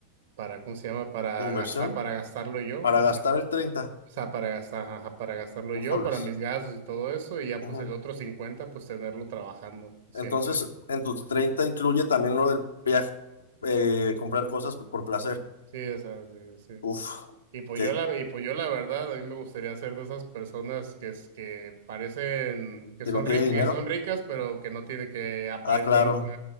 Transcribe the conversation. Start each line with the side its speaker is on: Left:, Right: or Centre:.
Right: para, ¿cómo se llama? Para
Left: Inversión
Right: gastar, para gastarlo yo.
Left: para
Right: O
Left: gastar
Right: sea,
Left: el treinta
Right: o sea, para gastar, ajá, para gastarlo
Left: Ujoles.
Right: yo, para mis gastos y todo eso. Y ya
Left: Ujú.
Right: pues el otro 50% pues tenerlo trabajando siempre.
Left: Entonces, en tus 30 incluye también lo del viaje, eh, comprar cosas por placer.
Right: Sí, o sea, sí, sí.
Left: Uf,
Right: Y pues
Left: ok.
Right: yo la, y pues yo la verdad, a mí me gustaría ser de esas personas que es que parecen, que
Left: ¿Que
Right: son
Left: no tiene
Right: ricas,
Left: dinero?
Right: que son ricas, pero que no tiene que aparentando.
Left: Ah, claro.